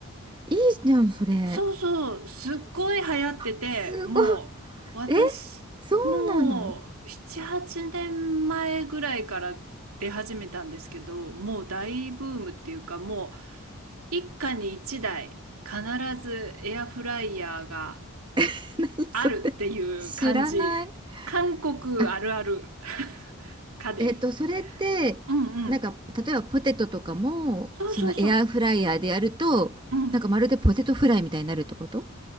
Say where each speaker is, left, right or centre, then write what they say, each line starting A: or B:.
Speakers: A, on the right; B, on the right.
A: いじゃん、それ。
B: そうそう、すっごい流行ってて、
A: すごい。
B: もう、私、
A: え、そうなの
B: もう、7、8年前ぐらいから出始めたんですけど、もう大ブームっていうか、もう、一家に一台必ずエアフライヤーが
A: <laughs> 何それ。
B: あるっていう感じ。
A: 知らない。
B: 韓国あるある
A: あ、
B: <laughs> 家電。
A: えっと、それって、
B: うんうん。
A: なんか、例えばポテトとかも、
B: そうそうそ
A: そのエアーフライヤーでやると、
B: う。うん。
A: なんかまるでポテトフライみたいになるってこと